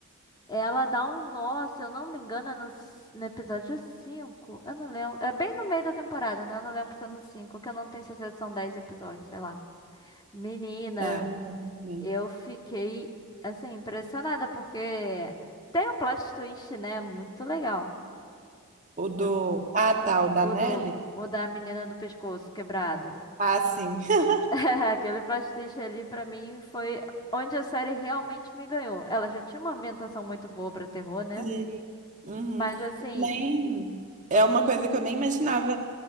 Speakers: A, on the left (about 20°); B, on the right (about 35°).
A: Ela dá um nó, se eu não me engano, é no, c- no episódio cinco Eu não lembro. É bem no meio da temporada, né? Eu não lembro se é no 5 que eu não tenho certeza se são 10 episódios, sei lá. Menina,
B: é, eu não lembro também.
A: eu fiquei, assim, impressionada, porque tem um plot twist, né? Muito legal.
B: O do.
A: Eu-
B: Ah, tá, o da
A: O,
B: Nelly?
A: do, o da menina do pescoço quebrado.
B: Ah, sim. <laughs>
A: <laughs> Aquele plot twist ali, pra mim, foi onde a série realmente me ganhou. Ela já tinha uma ambientação muito boa pra terror, né?
B: Sim. Uhum.
A: Mas, assim.
B: Nem.
A: em-
B: É uma coisa que eu nem imaginava